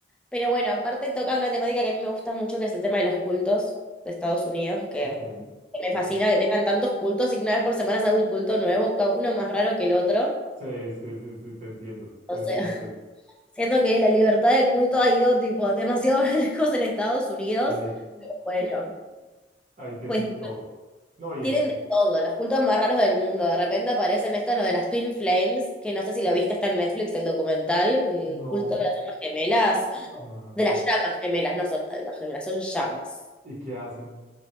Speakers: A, in the centre; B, on the right.
A: pero bueno, aparte toca una temática que a mí me gusta mucho, que es el tema de los cultos de Estados Unidos, que,
B: ok,
A: que me
B: ok.
A: fascina que tengan tantos cultos y que una vez por semana se haga un culto nuevo, ca- uno más raro que el otro.
B: Sí, sí, sí, sí, te entiendo,
A: O
B: te
A: sea,
B: entiendo.
A: Siento que la libertad de culto ha ido tipo demasiado <laughs> lejos en Estados Unidos.
B: Sí,
A: Bueno,
B: ahí tienen
A: pues
B: de todo. No, y
A: tienen
B: es,
A: de todo, los cultos más raros del mundo. De repente aparecen estos, los de las Twin Flames, que no sé si lo viste, está en Netflix el documental, el
B: no,
A: culto de las llamas gemelas, <gasps>
B: no, no, no.
A: de las llamas gemelas, no son almas gemelas, son llamas.
B: ¿Y qué hacen?